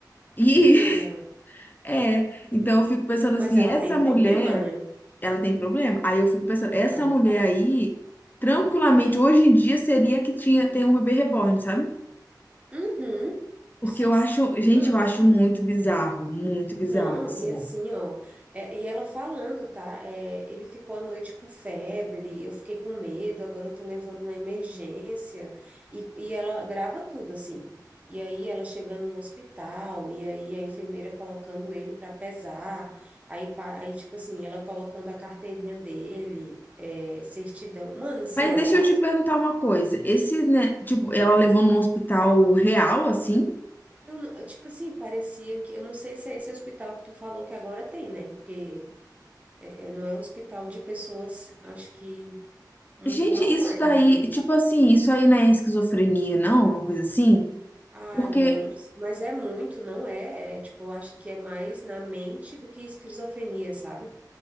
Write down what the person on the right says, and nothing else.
E a filha dela.
Mas
ela
tem problema,
né?
Ah,
tá.
Uhum,
sim.
Ah,
sim.
Não,
e assim, ó, é, e ela falando, tá? É, ele ficou à noite com febre, eu fiquei com medo, agora eu tô levando na emergência, e, e ela grava tudo, assim. E aí ela chegando no hospital, e aí a enfermeira colocando ele para pesar, aí, pa- aí, tipo assim, ela colocando a carteirinha dele, é, certidão. Mano, assim,
ó.
Eu, não- tipo assim, parecia que. Eu não sei se é esse hospital que tu falou que agora tem, né? Porque É, é, não é hospital de pessoas, acho que muito
normais,
assim.
Ah,
eu não. Mas é muito, não é? É, tipo, eu acho que é mais na mente do que esquizofrenia, sabe?